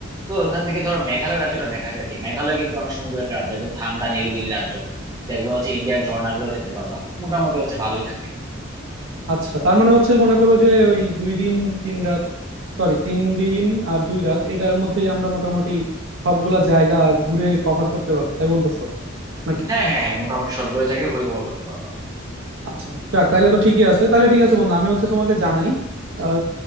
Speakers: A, on the right; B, on the right.
A: তো ওখান থেকে ধরো মেঘালয় রাজ্যটা দেখা যায় আর কি মেঘালয় কিন্তু অনেক সুন্দর একটা রাজ্য একদম ঠান্ডা নিরিবিলি রাজ্য দেখবা হচ্ছে ইন্ডিয়ার ঝর্ণাগুলো দেখতে পারবা মোটামুটি হচ্ছে ভালোই থাকে
B: আচ্ছা তার মানে হচ্ছে মনে করো যে ওই দুই দিন তিন রাত সরি তিন দিন আর দুই রাত এটার মধ্যেই আমরা মোটামুটি সবগুলা জায়গা ঘুরে কভার করতে পারবো তাই বলতেছো নাকি
A: হ্যাঁ হ্যাঁ হ্যাঁ মোটামুটি সবগুলো জায়গায় ঘুরে কভার করতে পারবা
B: আচ্ছা যাক তাহলে তো ঠিকই আছে তাহলে ঠিক আছে বন্ধু আমি হচ্ছে তোমাকে জানাই আর